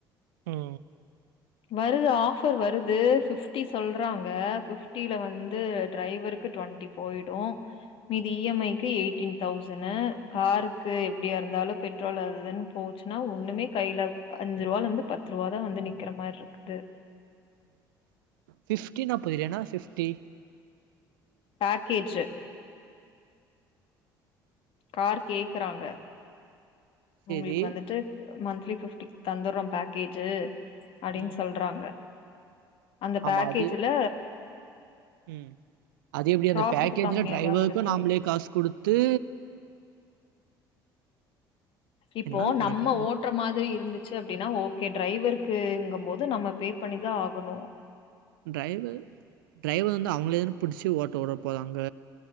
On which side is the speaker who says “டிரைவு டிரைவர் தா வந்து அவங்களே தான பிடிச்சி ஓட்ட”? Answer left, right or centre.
Right